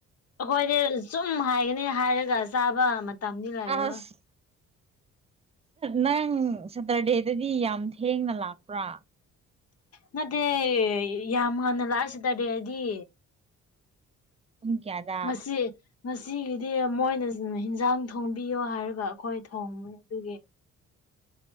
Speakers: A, on the left; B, on the right.
A: ꯑꯩꯈꯣꯏꯗꯤ ꯆꯨꯝ ꯍꯥꯏꯒꯅꯤ ꯍꯥꯏꯔꯒ ꯆꯥꯕ ꯃꯇꯝꯗꯤ ꯂꯩꯔꯔꯣꯏ
B: ꯑꯁ ꯅꯪ ꯁꯇꯔꯗꯦꯗꯗꯤ ꯌꯥꯝ ꯊꯦꯡꯅ ꯂꯥꯛꯄ꯭ꯔꯥ
A: ꯅꯠꯇꯦ ꯌꯥꯝ ꯉꯥꯟꯅ ꯂꯥꯛꯑꯁꯤꯇꯍꯥꯏꯗꯤ
B: ꯄꯨꯡ ꯀꯌꯥꯗ
A: ꯉꯁꯤ ꯉꯁꯤꯒꯤꯗꯤ ꯃꯣꯏꯅ ꯌꯦꯟꯖꯥꯡ ꯊꯣꯡꯕꯤꯌꯣ ꯍꯥꯏꯔꯒ ꯑꯩꯈꯣꯏ ꯊꯣꯡꯉ ꯑꯗꯨꯒꯤ